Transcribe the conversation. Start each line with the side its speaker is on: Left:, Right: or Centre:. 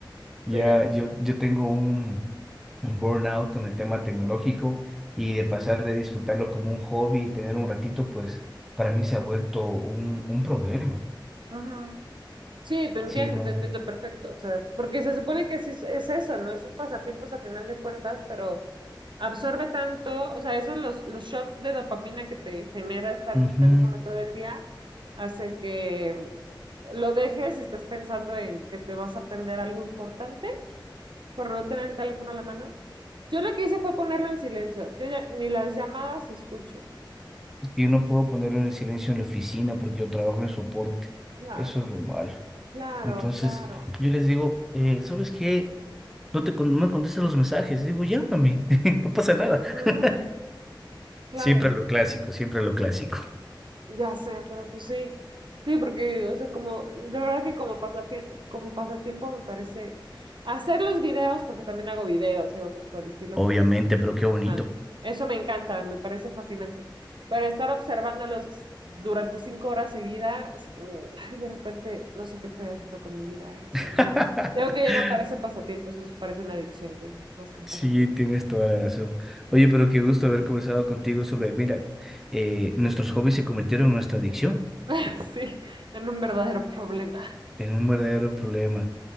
Centre: Ya,
Right: Sí,
Centre: yo, yo tengo un, un burnout con el tema tecnológico y de pasar de disfrutarlo como un hobby y tener un ratito, pues para mí se ha vuelto un, un problema.
Right: ujú. Sí, te entiendo,
Centre: Sí, no.
Right: te entiendo perfecto. O sea, porque se supone que sí es, es eso, ¿no? Es un pasatiempo a final de cuentas, pero absorbe tanto, o sea, esos los, los shots de dopamina que te genera estar
Centre: Ujú.
Right: en el teléfono todo el día, hace que mm, lo dejes y estés pensando en que te vas a perder algo importante por no tener el teléfono a la mano. Yo lo que hice fue ponerlo en silencio. Yo ya ni las llamadas escucho.
Centre: Yo no puedo ponerlo en silencio en la oficina porque yo trabajo en soporte.
Right: Claro,
Centre: Eso es lo malo.
Right: claro,
Centre: Entonces,
Right: claro.
Centre: yo les digo, eh, ¿sabes qué? No te con- no me contestas los mensajes. Digo, llámame, <laughs> no pasa nada.
Right: Ujú,
Centre: <laughs>
Right: claro.
Centre: Siempre lo clásico, siempre lo clásico.
Right: Ya sé, pero pues sí, sí, porque, o sea, como, de verdad que como pasapie- como pasatiempo me parece hacer los videos, porque también hago videos, digo, pues por el estilo,
Centre: Obviamente,
Right: porque,
Centre: pero qué bonito.
Right: ajá, eso me encanta, me parece fascinante, pero estar observándolos durante cinco horas seguidas, mm, ay, de repente no sé qué estoy haciendo con mi vida, ¿eh? Eso
Centre: <laughs>
Right: ya, creo que ya no parece pasatiempo, eso es- parece una adicción que, más que un
Centre: Sí,
Right: pasatiempo.
Centre: tienes toda la razón. Oye, pero qué gusto haber conversado contigo sobre, mira, eh, nuestros hobbies se convirtieron en nuestra adicción,
Right: <laughs> Sí, en un verdadero problema.
Centre: en un verdadero problema.